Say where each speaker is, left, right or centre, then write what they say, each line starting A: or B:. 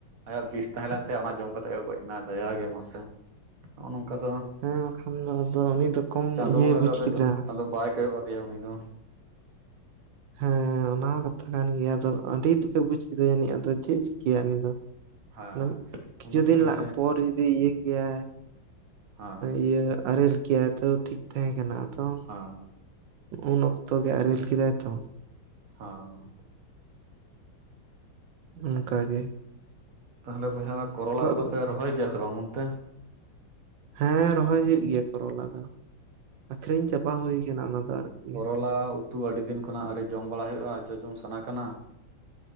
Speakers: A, on the right; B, on the right.
A: ᱟᱭᱟᱜ ᱵᱤᱥ ᱛᱟᱦᱮᱸ ᱞᱮᱱ ᱛᱟᱭᱟ ᱚᱱᱟ ᱡᱚᱢ ᱠᱟᱛᱮᱜ ᱮ ᱜᱚᱡ ᱮᱱᱟ ᱫᱟᱭᱟᱜᱮ ᱢᱟᱥᱮ, ᱱᱚᱜᱼᱚ ᱱᱚᱝᱠᱟ ᱫᱚ᱾
B: ᱦᱮᱸ ᱵᱟᱠᱷᱟᱱ ᱫᱚ ᱟᱫᱚ ᱩᱱᱤ ᱫᱚ ᱠᱚᱢ
A: ᱪᱟᱸᱫᱚ
B: ᱤᱭᱟᱹᱭ
A: ᱵᱚᱸᱜᱟ
B: ᱵᱩᱡ
A: ᱫᱚ
B: ᱠᱮᱫᱟ
A: ᱡᱚᱛᱚ ᱫᱚ ᱵᱟᱭ ᱠᱚᱭᱚᱜ ᱟᱫᱮᱭᱟ ᱩᱱᱤ ᱫᱚ᱾
B: ᱦᱮᱸ ᱚᱱᱟ ᱠᱟᱛᱷᱟ ᱠᱟᱱ ᱜᱮᱭᱟ ᱟᱫᱚ ᱟᱹᱰᱤ ᱫᱩᱠᱮ ᱵᱩᱡ ᱠᱮᱫᱟ ᱡᱟᱱᱤᱡ ᱟᱫᱚ ᱪᱮᱫ ᱮ ᱪᱤᱠᱟᱹᱭᱟ ᱩᱱᱤ ᱫᱚ᱾
A: ᱦᱮᱸ
B: ᱚᱱᱟ ᱠᱤᱪᱷᱩ
A: ᱩᱱᱟᱹᱜ
B: ᱫᱤᱱ
A: ᱡᱮ
B: ᱯᱚᱨ ᱡᱩᱫᱤ ᱤᱭᱟᱹ ᱠᱮᱭᱟᱭ᱾
A: ᱦᱮᱸ
B: ᱤᱭᱟᱹ ᱟᱨᱮᱞ ᱠᱮᱟᱭ ᱛᱟᱣ ᱴᱷᱤᱠ ᱛᱟᱦᱮᱸ ᱠᱟᱱᱟ ᱛᱚ᱾
A: ᱦᱟᱸ
B: ᱩᱱ ᱚᱠᱛᱚ ᱜᱮ ᱟᱨᱮᱞ ᱠᱮᱫᱟᱭ ᱛᱚ᱾
A: ᱦᱟᱸ
B: ᱚᱱᱠᱟᱜ ᱜᱮᱼᱼ
A: ᱛᱟᱦᱚᱞᱮ ᱵᱚᱭᱦᱟ ᱠᱚᱨᱚᱞᱟ ᱠᱚᱫᱚ
B: ᱫᱚ
A: ᱯᱮ ᱨᱚᱦᱚᱭ ᱜᱮᱭᱟ ᱥᱮ ᱵᱟᱝ ᱚᱱᱛᱮ?
B: ᱦᱮᱸ ᱨᱚᱦᱚᱭ ᱦᱩᱭᱩᱜ ᱜᱮᱭᱟ ᱠᱚᱨᱚᱞᱟ ᱫᱚ ᱟᱠᱷᱨᱤᱧ ᱪᱟᱵᱟ ᱦᱩᱭ ᱠᱟᱱᱟ ᱚᱱᱟ ᱫᱚ ᱟᱨᱠᱤ᱾
A: ᱴᱚᱞᱟ <unintelligible> ᱩᱛᱩ ᱟᱹᱰᱤ ᱫᱤᱱ ᱠᱷᱚᱱᱟᱜ ᱟᱣᱨᱤ ᱡᱚᱢ ᱵᱟᱲᱟ ᱦᱩᱭᱩᱜᱼᱟ ᱡᱚᱡᱚᱢ ᱥᱟᱱᱟ ᱠᱟᱱᱟ᱾